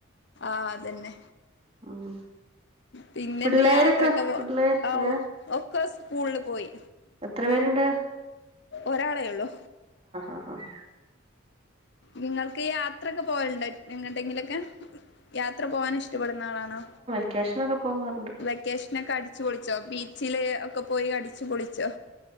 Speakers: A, on the left; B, on the right.
A: ആഹ് അതന്നെ.
B: ഉം
A: പിന്നെന്താ
B: പിള്ളേരൊക്കെ
A: യാത്രൊക്കെ പോ
B: പിള്ളേര്
A: ഓ
B: ഏഹ്
A: ഒക്കെ സ്കൂൾല് പോയി.
B: എത്ര പേര്ണ്ട്?
A: ഒരാളേയൊള്ളു.
B: ആഹ് ആഹ്
A: നിങ്ങൾക്ക് യാത്രൊക്കെ പോവല് ണ്ടോ എങ്ങട്ടെങ്കിലൊക്കെ യാത്ര പോവാൻ ഇഷ്ട്ടപ്പെട്ന്ന ആളാണോ?
B: സ്റ്റേഷനൊക്കെ പോവാറുണ്ട്.
A: വെക്കേഷനൊക്കെ അടിച്ച് പൊളിച്ചോ ബീച്ചില് ഒക്കെ പോയി അടിച്ചു പൊളിച്ചോ.